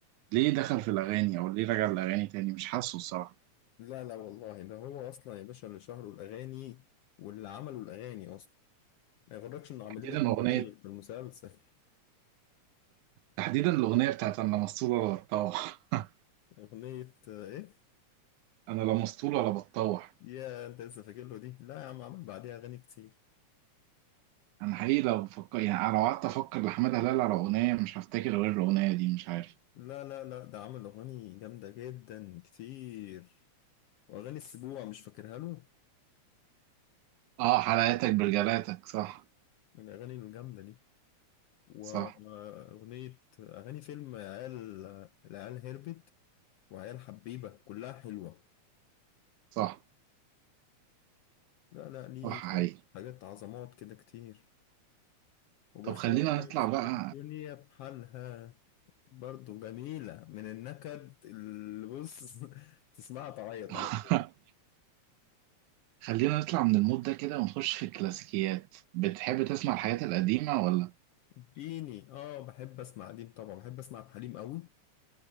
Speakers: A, on the right; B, on the left.
A: ليه دخل في الأغاني أو ليه رجع الأغاني تاني مش حاسه الصراحة
B: لا لا والله ده هو اصلا يا باشا اللي شهره الاغاني واللي عملوا الاغاني اصلا ما يغركش انه عاملين
A: تحديدا
B: لك
A: أغنية
B: ايه في المسلسل
A: تحديدا الأغنية بتاعت أنا لا مسطول ولا بتطوح <laughs>
B: <laughs> اغنية آه، ايه
A: أنا لا مسطول ولا بتطوح
B: يا انت لسه فاكر له دي لا يا عم عمل بعديها اغاني كتير
A: أنا حقيقي لو بفكر يعني لو قعدت أفكر لحمادة هلال على أغنية مش هفتكر غير الأغنية دي مش عارف
B: لا لا لا ده عمل اغاني جامدة جدا كتير واغاني السبوع مش فاكرها له
A: آه حلقاتك برجلاتك صح
B: من الاغاني الجامدة دي وأغنية
A: صح
B: أغاني فيلم عيال العيال هربت وعيال حبيبة كلها حلوة
A: صح
B: لا لا ليه
A: صح
B: شوية
A: حقيقي
B: حاجات عظمات كده كتير وبخاف
A: طب خلينا نطلع بقى
B: الدنيا بحالها برضو جميلة من النكد اللي بص <laughs> تسمعها تعيط
A: <laughs>
B: على طول
A: خلينا نطلع من المود ده كده ونخش في الكلاسيكيات بتحب تسمع الحاجات القديمة ولا
B: ديني اه بحب اسمع قديم طبعا بحب اسمع حليم قوي